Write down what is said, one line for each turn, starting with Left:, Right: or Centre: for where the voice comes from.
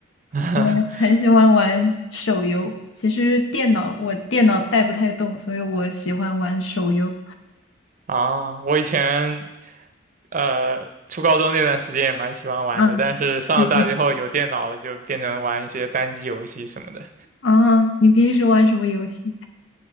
Right: <laughs>
Left: 我很喜欢玩手游，其实电脑我电脑带不太动，所以我喜欢玩手游。
Right: 啊，我以前呃，初高中那段时间也蛮喜欢玩的，
Left: 嗯，
Right: 但是上了大学后有电脑了，
Left: 对对。
Right: 就变成玩一些单机游戏什么的。
Left: 啊，你平时玩什么游戏？